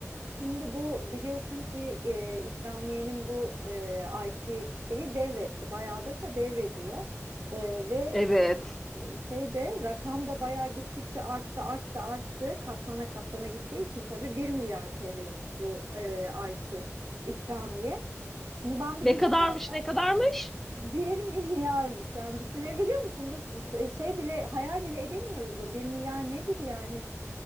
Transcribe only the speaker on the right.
Şimdi bu biliyorsun ki e, İkramiye'nin bu e, ayki şeyi devretti. Bayağıdır da devrediyor. E, ve
e, şeyde rakam da bayağı gittikçe arttı arttı arttı. Katlana katlana gittiği için tabii bir milyar TL'ymiş bu e, ayki ikramiye. Şimdi ben bir
bilet al
<laughs> bir milyarmış. Yani düşünebiliyor musun? Biz e, şey bile hayal bile edemiyoruz bu. bir milyar nedir yani?